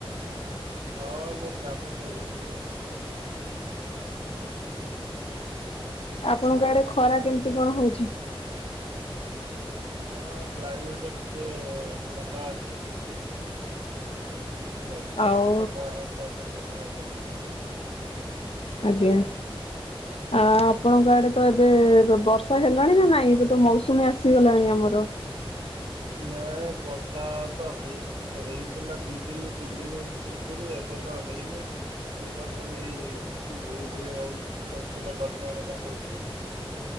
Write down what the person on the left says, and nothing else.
ଆପଣଙ୍କ ଆଡେ ଖରା କେମିତି କଣ ହଉଛି?
ଆଉ
ଆଜ୍ଞା। ଆ ଆପଣଙ୍କ ଆଡେ ତ ଏବେ ବର୍ଷା ହେଲାଣି ନା ନାଇଁ ଏବେ ତ ମୌସୁମୀ ଆସିଗଲାଣି ଆମର।